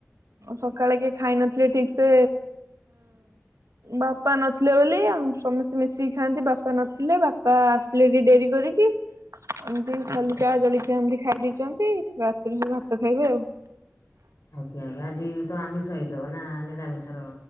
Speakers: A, on the right; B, on the left.
A: ସକାଳେ କିଏ ଖାଇ ନଥିଲେ ଠିକ ସେ ବାପା ନ ଥିଲେ ବୋଲି ଆମେ ସମସ୍ତେ ମିଶିକି ଖାଆନ୍ତି ବାପା ନଥିଲେ ବାପା ଆସିଲେ ଟି ଡେରି କରିକି। ଏମତି ଖାଲି ଚା ଜଳିଖିଆ ଏମିତି ଖାଇ ଦେଇଛନ୍ତି। ରାତିରେ ସବୁ ଭାତ ଖାଇବେ ଆଉ।
B: ଆଜ୍ଞା ଆଜ୍ଞା ଆଜି ତ ଆମିଷ ହେଇଥବ ନା ନିରାମିଷର